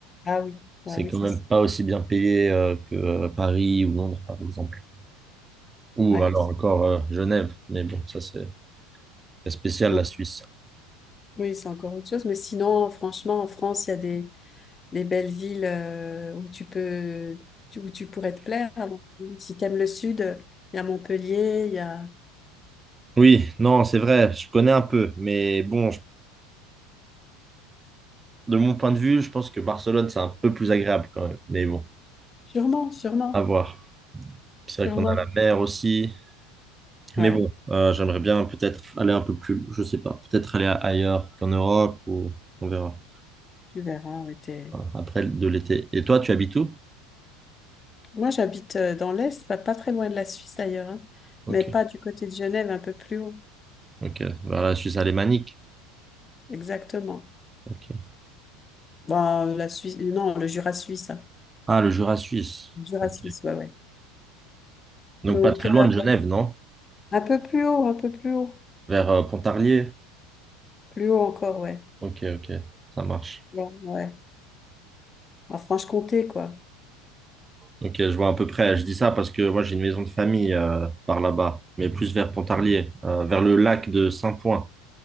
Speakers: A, on the left; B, on the right.
A: Ah oui,
B: C'est
A: ah oui,
B: quand
A: c'est
B: même
A: ça.
B: pas aussi bien payé euh, que euh, Paris ou Londres, par exemple. Ou
A: ouais.
B: alors encore euh, Genève, mais bon, ça c'est c'est spécial
A: Bon.
B: la Suisse.
A: Oui, c'est encore autre chose. Mais sinon, franchement, en France, il y a des, des belles villes euh, où tu peux tu- où tu pourrais te plaire. Alors, Si t'aimes le sud, il y a Montpellier, il y a
B: Oui, non, c'est vrai, je connais un peu, mais bon, je de mon point de vue, je pense que Barcelone, c'est un peu plus agréable quand même. Mais bon,
A: sûrement, sûrement,
B: à voir. C'est
A: sûrement.
B: vrai qu'on a la mer aussi.
A: Ouais,
B: Mais bon, euh, j'aimerais bien peut-être aller un peu plus, je sais pas, peut-être aller a- ailleurs qu'en Europe ou on verra.
A: tu verras. ouais, t'es-
B: Voilà, Après de l'été. Et toi, tu habites où?
A: Moi j'habite euh, dans l'Est, pas, pas très loin de la Suisse d'ailleurs, hein,
B: Ok,
A: mais pas du côté de Genève, un peu plus haut.
B: ok. Vers la Suisse alémanique.
A: Exactement.
B: Ok.
A: Bon, la Suisse, non, le Jura suisse. hein.
B: Ah, le Jura suisse.
A: Le Jura
B: Ok.
A: suisse, ouais, ouais.
B: Donc
A: Donc,
B: pas très loin
A: euh,
B: de Genève, non?
A: un peu plus haut, un peu plus haut.
B: Vers euh, Pontarlier.
A: Plus haut encore, ouais.
B: Ok, ok. Ça marche.
A: Ouais, ouais. En Franche-Comté, quoi.
B: Ok, je vois à peu près. Je dis ça parce que moi j'ai une maison de famille euh, par là-bas, mais plus vers Pontarlier, euh, vers le lac de Saint-Point.